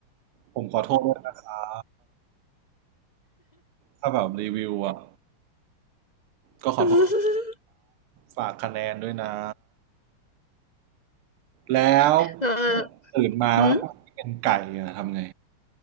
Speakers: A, on the right; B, on the left.
A: ผมขอโทษด้วยนะครับถ้าแบบรีวิวอ่ะก็ขอโทษ
B: <laughs>
A: ฝากคะแนนด้วยนะแล้ว
B: เออ
A: ตื่นมาแล้วที่เป็นไก่อะทำไง
B: อืม